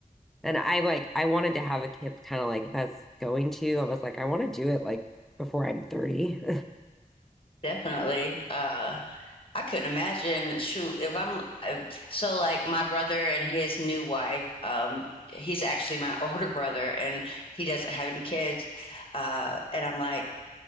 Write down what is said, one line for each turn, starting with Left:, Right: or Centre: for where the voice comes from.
Centre: And I like I wanted to have a kid kind of like if I was going to, I was like, I want to do it like before I'm 30. <laughs>
Left: Definitely. Uh, I couldn't imagine. Shoot, if I'm uh, so like my brother and his new wife, um, he's actually my <laughs> older brother and he doesn't have any kids. Uh, and I'm like,